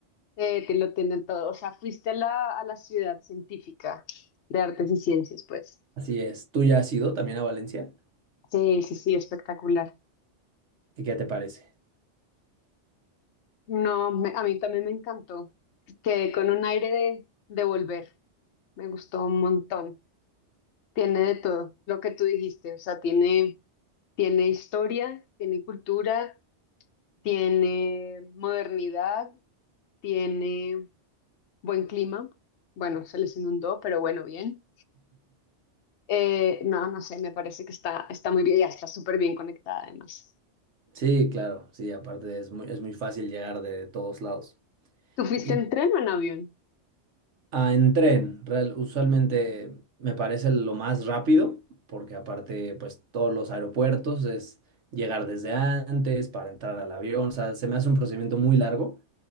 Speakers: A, on the left; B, on the right.
A: Eh, te lo tiene todo. O sea, fuiste a la, a la ciudad científica de artes y ciencias, pues.
B: Así es. ¿Tú ya has ido también a Valencia?
A: Sí, sí, sí, espectacular.
B: ¿Y qué te parece?
A: No, me- a mí también me encantó. Quedé con un aire de, de volver. Me gustó un montón. Tiene de todo lo que tú dijiste, o sea, tiene, tiene historia, tiene cultura, tiene modernidad, tiene buen clima. Bueno, se les inundó, pero bueno, bien. Eh, no, no sé, me parece que está, está muy bien, ya está súper bien conectada además.
B: Sí, claro, sí, aparte es muy, es muy fácil llegar de todos lados.
A: ¿Tú fuiste
B: Y
A: en tren o en avión?
B: ah, en tren, real- usualmente
A: Mm,
B: me parece lo más rápido, porque aparte, pues todos los aeropuertos es llegar desde antes para entrar al avión, o sea, se me hace un procedimiento muy largo